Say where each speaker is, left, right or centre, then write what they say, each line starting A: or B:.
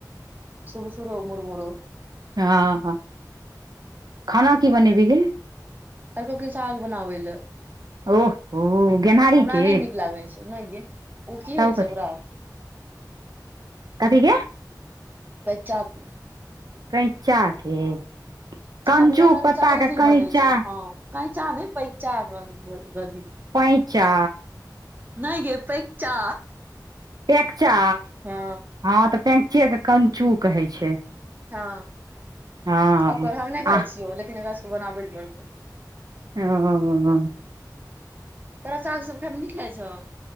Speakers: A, on the right; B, on the right.
A: सुर- सुरो मुर- मुरो।
B: हँ ऽ। खाना की बनेबिही गै?
A: कहलको कि सााग बनाबै ल
B: ओह हो गेनहारी
A: हमरा
B: के
A: नहि नीक लागै छै, नै गै ओ की
B: तब
A: होइ छै
B: कथी
A: ओकरा <inaudible>
B: कथी के
A: पैंचा के
B: कैंचा के कंचू
A: अभ जकर
B: पत्ता
A: चकौथी
B: के कैंचा
A: बनेै छौ, हँ कैंचा ने पैंकचा गधी।
B: पैंचा।
A: नै गे पैंचा।
B: पैँकचा
A: हँ
B: हँ तऽ पैंकचेके कंचू कहै छै।
A: हँ
B: हँ
A: ओकर हम नै
B: आ
A: खाइ छियौ, लेकिन एकरा सभकेँ बनाबै पड़तै।
B: ओ।
A: तोरा साग सब खाइमे निक लागै छौ।